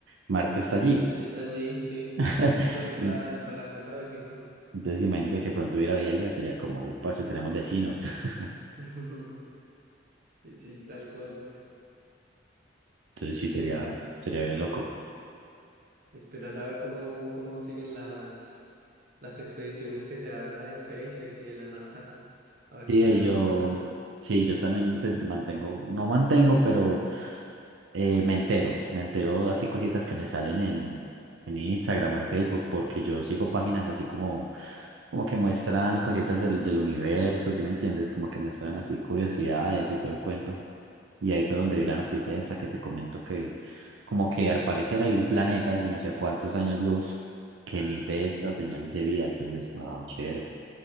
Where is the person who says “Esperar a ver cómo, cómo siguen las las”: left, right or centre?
Right